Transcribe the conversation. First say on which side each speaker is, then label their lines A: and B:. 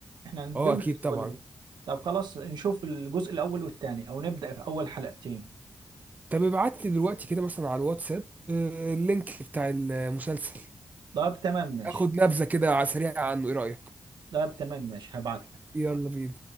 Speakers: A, on the right (about 80°); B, on the right (about 20°).
A: احنا هنتجمع
B: اه اكيد
A: الاسبوع
B: طبعا
A: اللي جاي طب خلاص نشوف الجزء الاول والثاني او نبدا في اول حلقتين
B: طب ابعت لي دلوقتي كده مثلا على الواتساب آه، اللينك بتاع المسلسل
A: طب تمام ماشي
B: اخد نبذة كده على سريعة عنه ايه رأيك
A: طب تمام ماشي هبعت لك
B: يلا بينا